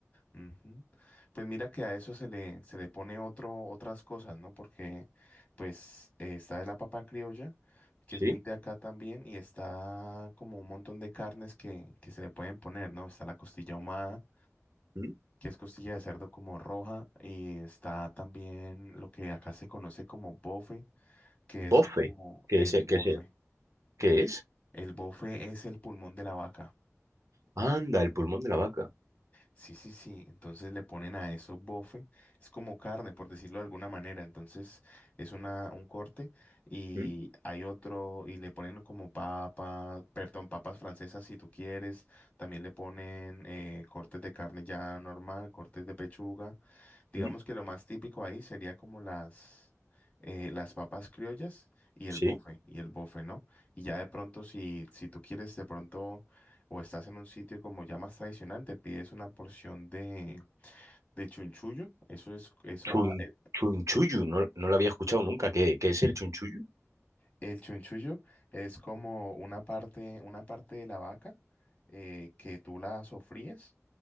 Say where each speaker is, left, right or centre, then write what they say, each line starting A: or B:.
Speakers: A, on the left; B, on the right.
A: Ujú. Pues mira que a eso se le, se le pone otro, otras cosas, ¿no? Porque pues eh, está la papa criolla, que
B: ¿Sí?
A: es muy de acá también, y está como un montón de carnes que, que se le pueden poner, ¿no? Está la costilla ahumada
B: ¿Mm?
A: que es costilla de cerdo como roja, y está también lo que acá se conoce como bofe, que
B: Bofe,
A: es como
B: que
A: el
B: es, el-
A: bofe.
B: que es, el- que es,
A: El bofe es el pulmón de la vaca.
B: anda, el pulmón de la vaca.
A: Sí, sí, sí. Entonces le ponen a eso bofe. Es como carne, por decirlo de alguna manera. Entonces es una, un corte y
B: ¿Mm?
A: hay otro y le ponen como papa, perdón, papas francesas si tú quieres. También le ponen eh, cortes de carne ya normal, cortes de pechuga. Digamos
B: ¿Mm?
A: que lo más típico ahí sería como las, eh, las papas criollas y el
B: ¿Sí?
A: bofe, y el bofe, ¿no? Y ya de pronto si, si tú quieres de pronto o estás en un sitio como ya más tradicional, te pides una porción de, de chunchullo. Eso es, eso,
B: Chun,
A: a- el,
B: chunchullu, no, no lo había escuchado nunca. ¿Qué, qué es el chunchullu?
A: el chunchullo es como una parte, una parte de la vaca eh, que tú la sofríes